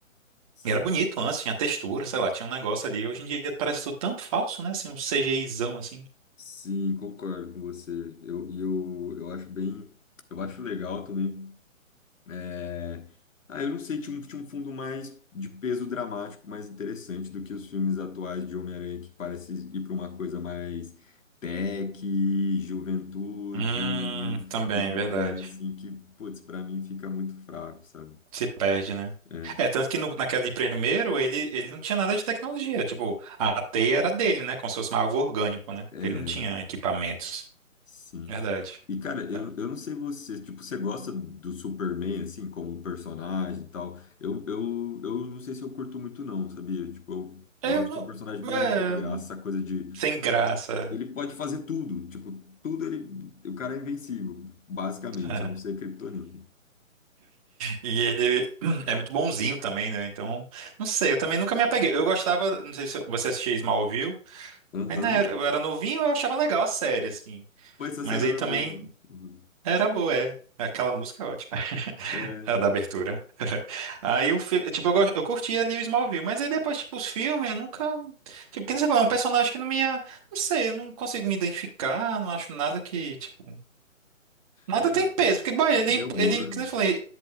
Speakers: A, on the left; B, on the right.
A: Sim.
B: e era bonito antes, tinha textura, sei lá, tinha um negócio ali. Hoje em dia parece tudo tão falso, né? Assim, um CGIzão assim.
A: Sim, concordo com você. Eu, e eu, eu acho bem, eu acho legal também. É, Ah, eu não sei, tinha um, tinha um fundo mais de peso dramático, mais interessante do que os filmes atuais de Homem-Aranha, que parece ir para uma coisa mais tech, juventude,
B: Hum, também,
A: e uma
B: verdade.
A: coisinha assim que, putz, para mim fica muito fraco, sabe?
B: Se perde, né?
A: É.
B: É, tanto que no- naquela de primeiro, ele, ele não tinha nada de tecnologia. Tipo, a teia era dele, né? Como se fosse algo orgânico, né?
A: é.
B: Ele não tinha equipamentos.
A: Sim.
B: Verdade.
A: E, cara,
B: Tá.
A: eu, eu não sei você, tipo, você gosta do Superman, assim, como um personagem e tal? Eu, eu, eu não sei se eu curto muito, não, sabia? Tipo, eu,
B: Eu
A: eu acho
B: não.
A: que é um personagem meio
B: é,
A: sem graça, essa coisa de...
B: sem graça.
A: Ele pode fazer tudo, tipo, tudo ele... O cara é invencível, basicamente,
B: é.
A: a não ser Kryptonita.
B: E ele <clears throat> é muito bonzinho também, né? Então, não sei, eu também nunca me apeguei. Eu gostava, não sei se você assistia Smallville.
A: Aham.
B: Aí na eu era novinho, eu achava legal a série, assim.
A: Pô, essa
B: Mas
A: série
B: aí
A: era
B: também
A: boa. Uhum.
B: era boa, é. Aquela música é ótima, <laughs>
A: É,
B: a da abertura. <laughs> Aí o fi- tipo, eu, go- eu curtia ali o Smallville, mas aí depois, tipo, os filmes, eu nunca. Tipo, que nem você falou, é um personagem que não me. ia- Não sei, eu não consigo me identificar, não acho nada que, tipo. Nada
A: é.
B: tem peso, porque, boy, ele,
A: Meu humor.
B: ele, que nem eu falei,